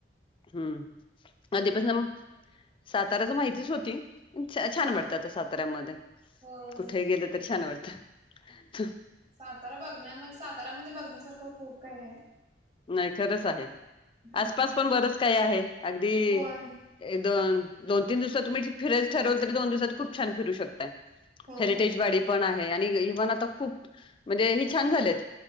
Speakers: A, on the left; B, on the right.
A: हम्म आधीपासनं साताऱ्याचा माहितीच होती. छा
B: हा.
A: छान वाटतं आता साताऱ्यामध्ये
B: होय
A: कुठेही गेलं तरी छान वाटतं.
B: सातारा बघण्या सातारामध्ये बघण्यासारखं खूप काय आहे.
A: नाही खरंच आहे आसपास
B: हो
A: पण बरंच काही आहे अगदी
B: होय
A: एक-दोन दोन-तीन दिवसात तुम्ही फिरायचं ठरवल तरी दोन दिवसात खूप छान फिरू शकताय.
B: हो
A: हेरिटेज वाडी पण आहे आणि ही पण आता खूप म्हणजे ही छान झालेत.